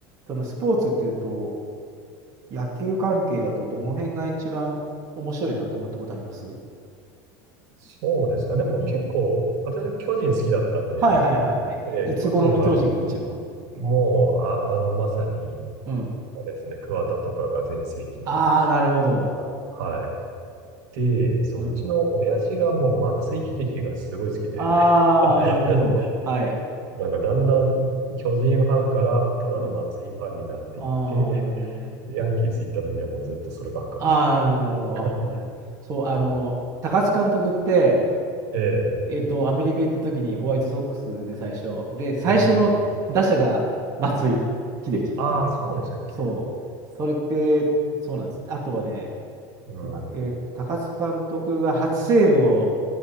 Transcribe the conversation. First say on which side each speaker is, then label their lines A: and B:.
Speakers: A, on the right; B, on the right.
A: そのスポーツっていうと、野球関係だとどの辺が一番面白いなと思ったことあります
B: そうです。あ、でも結構、
A: うん。
B: 私は巨人好きだったんで、
A: はいはいはいはい。
B: えー巨人はず
A: いつ頃の巨人が一番。
B: もう、あ、あの、まさに、
A: うん。
B: あれですね、桑田とかが全盛期の時
A: ああ、なるほど。
B: が。あはい。で、そう、
A: うん。
B: うちの親父がもう松井秀喜がすごい好きで、
A: ああ、
B: <laughs>
A: なるほど。はい。
B: なんかだんだん巨人ファンからただの松井ファンになっていって、
A: うん。ああ、なるほどね。
B: ヤンキース行った時はもうずっとそればっか見てる
A: ああ、なるほど、なるほど。
B: <laughs>
A: あ、わかりますそう、あの、
B: 感じ
A: 高津監督って、
B: で、
A: えっと、アメリカ行った時にホワイトソックスで最初。で、最初の打者が松井秀喜っていうね。
B: うん。ああ、そうでしたっけ。
A: そう。それって、そうなんです。あとはね、
B: うん。
A: ま、
B: う
A: えっと、高津監督が初セーブを